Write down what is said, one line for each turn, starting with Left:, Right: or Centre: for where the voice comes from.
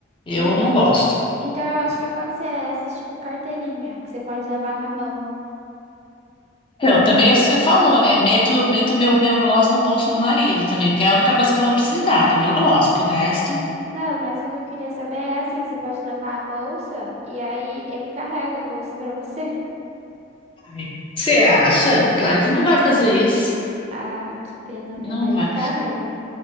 Left: Eu
Right: Então,
Left: não gosto.
Right: então eu acho que pode ser essas, tipo carteirinha, que você pode levar na mão.
Left: Eu também, você falou, né? Meto, meto meu, meu gloss no bolso do marido também, porque é a única coisa que eu vou precisar do meu gloss, porque o resto.
Right: Não, mas o que eu queria saber é assim, você pode levar a bolsa e aí ele carrega a bolsa pra você. <laughs>
Left: Ai. Você acha? Claro que não vai fazer isso.
Right: Ah, que pena, meu
Left: Não
Right: marido
Left: vai.
Right: carrega.